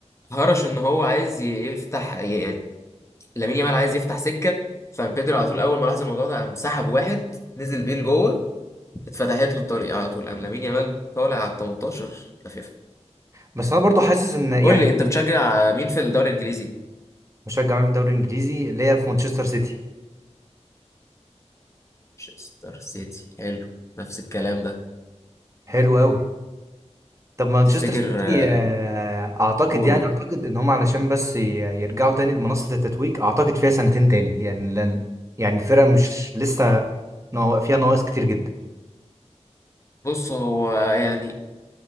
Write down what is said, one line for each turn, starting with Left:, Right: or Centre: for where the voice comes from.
Left: هرش ان هو عايز يفتح يعني لامين يامال عايز يفتح سكه فبيدري على طول اول ما لاحظ الموضوع ده قام سحب واحد نزل بيه لجوه اتفتحت له الطريق على طول قام لامين يامال طالع على ال 18 لفيفا
Right: بس انا برضو حاسس ان يعني
Left: قول لي انت بتشجع مين في الدوري الانجليزي
Right: بشجع مين في الدوري الانجليزي ليا في مانشستر سيتي
Left: مانشستر سيتي حلو نفس الكلام ده
Right: حلو قوي طب مانشستر
Left: تفتكر
Right: سيتي
Left: آه،
Right: آه، اعتقد
Left: قول
Right: يعني
Left: قول
Right: اعتقد ان هم علشان بس ي- يرجعوا تاني لمنصة التتويج اعتقد فيها سنتين تاني يعني لان يعني الفرقة مش لسه نوا- فيها نواقص كتير جدا
Left: بص هو يعني